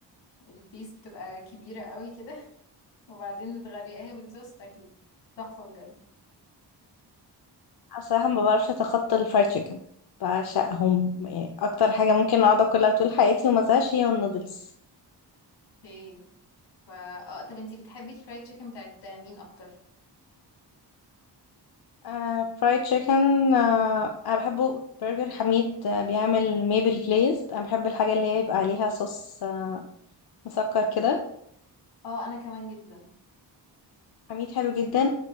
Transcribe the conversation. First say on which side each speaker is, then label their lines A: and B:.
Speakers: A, on the left; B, on the left.
A: البيس بتبقى كبيرة قوي كده وبعدين بتغرقيها بالصوص تاكلي تحفة بجد
B: أنا صراحه ما بعرفش اتخطى الفرايد تشيكن بعشقهم يعني اكتر حاجه ممكن اقعد اكلها طول حياتي وما ازهقش هي النودلز
A: اوكي فا اه طب انتي بتحبي الفرايد تشيكن بتاعت مين اكتر
B: آه، فرايد تشيكن آه، انا بحبه برجر حميد آه، بيعمل ميبل جليز انا بحب الحاجه اللي هي يبقى عليها صوص آه، مسكر كده
A: اه انا كمان جدا
B: حميد حلو جدا